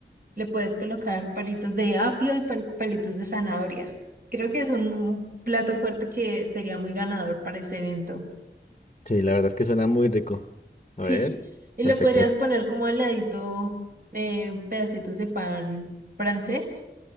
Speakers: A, on the right; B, on the left.
A: Le puedes colocar palitos de apio y pal- palitos de zanahoria. Creo que es un plato fuerte que sería muy ganador para ese evento.
B: Sí, la verdad es que suena muy rico. A
A: Sí,
B: ver,
A: y
B: perfecto.
A: le podrías poner como al ladito eh, pedacitos de pan francés